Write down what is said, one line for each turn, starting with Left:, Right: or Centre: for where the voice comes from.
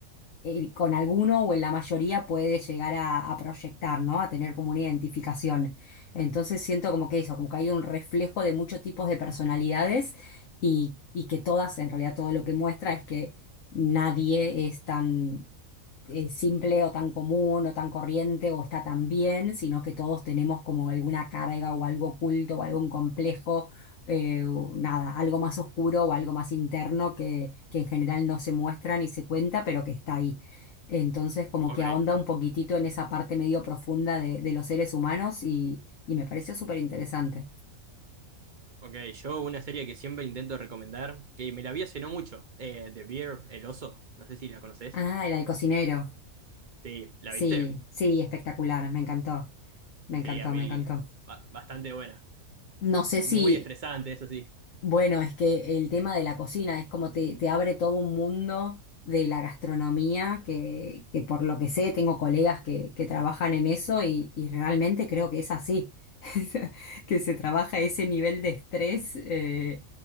Left: eh, con alguno o en la mayoría puede llegar a, a proyectar, ¿no? A tener como una identificación. Entonces siento como que eso, como que hay un reflejo de muchos tipos de personalidades y, y que todas, en realidad todo lo que muestra es que nadie es tan eh, simple o tan común o tan corriente o está tan bien, sino que todos tenemos como alguna carga o algo oculto o algún complejo, eh, o nada, algo más oscuro o algo más interno que, que en general no se muestra ni se cuenta, pero que está ahí. Entonces, como
Right: ok,
Left: que ahonda un poquitito en esa parte medio profunda de, de los seres humanos y, y me pareció súper interesante.
Right: ok. Yo una serie que siempre intento recomendar, que me la vi hace no mucho, eh, The Bear, El Oso, no sé si la conoces.
Left: Ah, el del cocinero.
Right: Sí, ¿la
Left: Sí,
Right: viste?
Left: sí, espectacular, me encantó, me encantó,
Right: Sí, a mí
Left: me encantó.
Right: ba- bastante buena.
Left: No sé si
Right: Muy estresante, eso sí,
Left: Bueno, es que el tema de la cocina es como te, te abre todo un mundo de la gastronomía, que, que por lo que sé tengo colegas que, que trabajan en eso y, y realmente creo que es así. <laughs> sea, que se trabaja ese nivel de estrés eh,